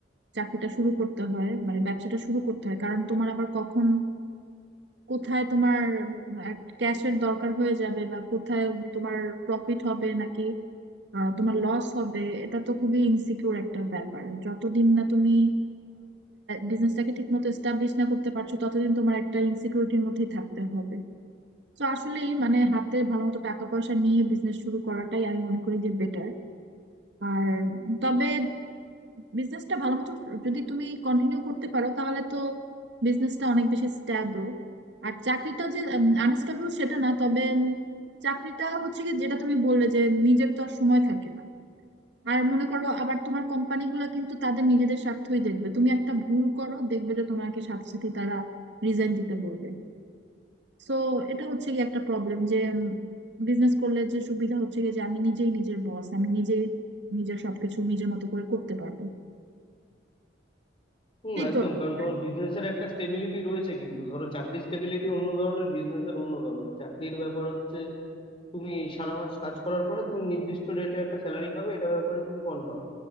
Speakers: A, on the right; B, on the left.
A: চাকরিটা শুরু করতে হয় মানে ব্যবসাটা শুরু করতে হয় কারণ তোমার আবার কখন কোথায় তোমার ক্যাশের দরকার হয়ে যাবে বা কোথায় তোমার প্রফিট হবে নাকি আহ, তোমার লস হবে এটা তো খুবই ইনসিকিউর একটা ব্যাপার যতদিন না তুমি বিজনেসটাকে ঠিক মতো এস্টাবলিশ না করতে পারছো ততদিন তোমার একটা ইনসিকিউরিটির মধ্যেই থাকতে হবে তো আসলে মানে হাতে ভালো মতো টাকা পয়সা নিয়ে বিজনেস শুরু করাটাই আমি মনে করি যে বেটার আর তবে বিজনেসটা ভালো মতো যদি তুমি কন্টিনিউ করতে পারো তাহলে তো বিজনেসটা অনেক বেশি স্ট্যাবল আর চাকরিটা যে আনস্টেবল সেটা না তবে উম, চাকরিটা হচ্ছে কি যেটা তুমি বললে যে নিজের তো আর সময় থাকে না আর মনে করো আবার তোমার কোম্পানিগুলো কিন্তু তাদের নিজেদের স্বার্থই দেখবে তুমি একটা ভুল করো দেখবে যে তোমাকে সাথে সাথে তারা রিজাইন দিতে বলবে সো এটা হচ্ছে কি একটা প্রবলেম যে বিজনেস করলে যে সুবিধা হচ্ছে কি যে আমি নিজেই নিজের বস আমি নিজেই নিজের সবকিছু নিজের মতো করে করতে পারবো
B: হুম
A: এই
B: একদম
A: তো আর-
B: কারণ
A: কি।
B: তোমার
A: আর
B: বিজনেসের একটা স্টেবিলিটি রয়েছে কিন্তু ধরো চাকরির স্টেবিলিটি অন্য ধরনের বিজনেসের অন্য ধরনের চাকরির ব্যাপার হচ্ছে তুমি সারা মাস কাজ করার পরে তুমি নির্দিষ্ট রেটে একটা স্যালারি পাবে এটা ব্যাপারে তুমি কনফার্ম